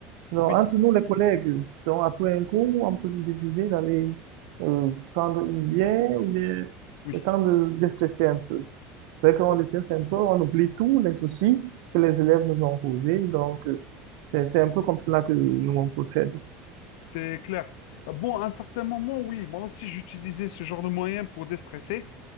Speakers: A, on the right (about 75°); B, on the left (about 75°).
A: Alors,
B: oui,
A: entre nous, les collègues, donc après un cours, on peut se décider d'aller euh, prendre une bière ou bien
B: oui.
A: le temps de déstresser un peu. Dès qu'on
B: Bon.
A: le teste un peu, on oublie tous les soucis que les élèves nous ont causés. Donc, euh, c'est, c'est un peu comme cela que nous, on procède.
B: C'est clair. Euh, Bon, à un certain moment, oui, moi aussi j'utilisais ce genre de moyens pour déstresser,